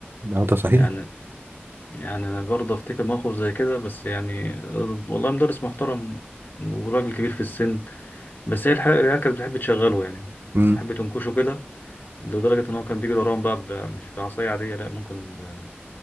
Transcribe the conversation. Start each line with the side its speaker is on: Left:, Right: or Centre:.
Right: اه ده صحيح
Left: يعني يعني انا برضه افتكر موقف زي كده بس يعني آه، والله مدرس محترم وراجل كبير في السن بس هي الحقيقه العيال كانت بتحب تشغله يعني
Right: امم
Left: تحب تنكشه كده لدرجه ان هو كان بيجري وراهم بقى ب- مش بعصايه عاديه لا ممكن ب-